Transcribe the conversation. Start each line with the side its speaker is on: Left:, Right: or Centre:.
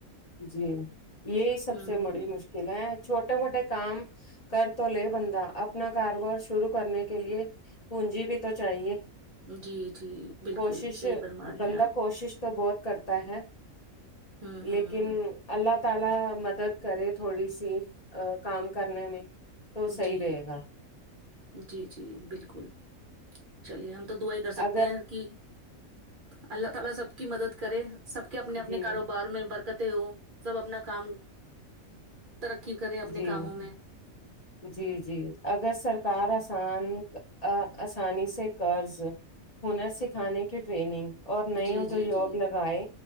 Left: جی یہی سب
Right: ہ
Left: سے بڑی مشکل ہے چھوٹے موٹے کام کر تو لے بندہ اپنا کاروبار شروع کرنے کے لیے پونجی بھی تو چاہیے
Right: جی جی بالکل
Left: کوشش
Right: صحیح فرما رہے
Left: بندہ
Right: ہیں آپ
Left: کوشش تو بہت کرتا ہے
Right: ہوں ہوں
Left: لیکن اللہ تعالی مدد کرے تھوڑی سی کام کرنے میں تو
Right: جی،
Left: صحیح رہے گا
Right: جی جی بلکل چلیے ہم تو دعا ہی کر سکتے
Left: اگر
Right: ہیں کہ اللہ تعالی سب کی مدد کرے سب کے اپنے اپنے
Left: جی
Right: کاروبار میں برکتیں ہوں سب اپنا کام ترقی کرے اپنے
Left: جی
Right: کاموں میں
Left: جی جی اگر سرکار آسان ا آسانی سے قرض ہنر سکھانے کی ٹریننگ اور نئے
Right: جی،
Left: ادیوگ
Right: جی، جی،
Left: لگائے